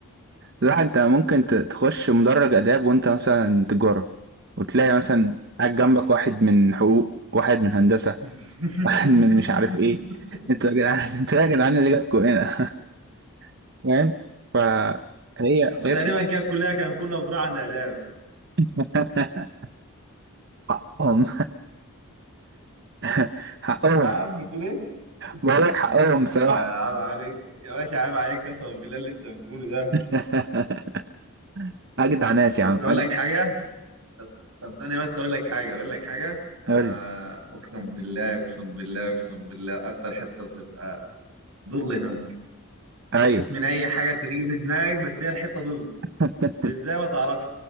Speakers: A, on the right (about 50°); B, on the right (about 85°).
A: لا انت ممكن ت- تخش مدرج آداب وانت مثلا تجارة وتلاقي مثلا قاعد جنبك واحد من حقوق واحد من هندسة
B: <laughs>
A: <laughs> واحد من مش عارف ايه انتوا يا جدعان <laughs> انتوا يا جدعان اللي جابكوا هنا <laughs> فاهم فهي
B: وتقريبا
A: هي بت...
B: كده الكليه كان كلها بتروح عند اداب
A: <laughs> حقهم <laughs> حقهم
B: نعم بتقول ايه
A: بقول لك حقهم
B: يا باشا
A: بصراحة
B: عيب عليك يا باشا عيب عليك قسما بالله اللي انت بتقوله ده
A: <laughs> أجدع ناس
B: بس
A: يا عم
B: اقول
A: أجدع
B: لك حاجه طب ثانيه بس اقول لك حاجه اقول لك حاجه آه،
A: قول لي
B: اقسم بالله اقسم بالله اقسم بالله اكتر حته بتبقى ضل هناك
A: أيوه
B: فكك من اي حاجه انت تيجي في دماغك بس هي الحته ضل
A: <laughs>
B: ازاي ما تعرفش